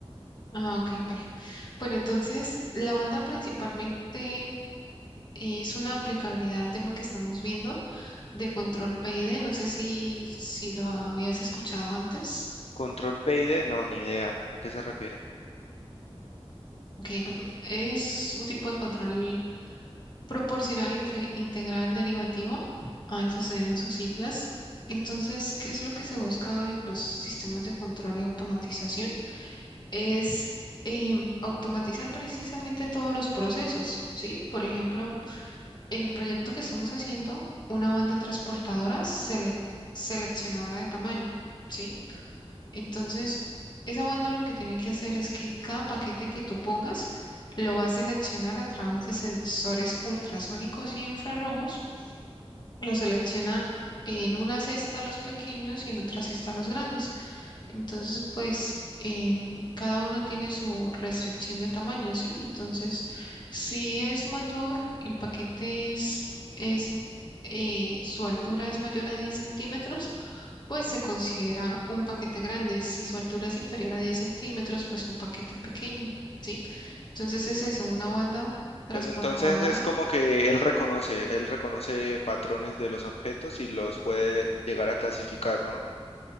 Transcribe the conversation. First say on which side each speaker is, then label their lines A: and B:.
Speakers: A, on the left; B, on the left.
A: Ah, ok, vale. Bueno, entonces, la banda principalmente es una aplicabilidad al tema que estamos viendo de Control PID. No sé si, si lo habías escuchado antes.
B: Control PID, no, ni idea. ¿A qué se refiere?
A: Ok, bueno, es un tipo de control proporcional intre- integral derivativo. A eso se deben sus siglas. Entonces, ¿qué es lo que se busca en los sistemas de control y automatización? Es em, automatizar precisamente todos los procesos, ¿sí? Por ejemplo, en el proyecto que estamos haciendo, una banda transportadora sele- seleccionadora de tamaño, ¿sí? Entonces, esa banda lo que tiene que hacer es que cada paquete que tú pongas lo va a seleccionar a través de sensores ultrasónicos y infrarrojos. Lo selecciona en una cesta los pequeños y en otra cesta los grandes. Entonces, pues em, cada uno tiene su restricción de tamaño, ¿sí? Entonces, si es mayor, el paquete es, es eh, su altura es mayor a 10 centímetros pues se considera un paquete grande. Si su altura es inferior a 10 centímetros, pues un paquete pequeño, ¿sí? Entonces es eso, una banda transportadora.
B: Pero entonces es como que él reconoce, él reconoce patrones de los objetos y los puede llegar a clasificar, ¿no?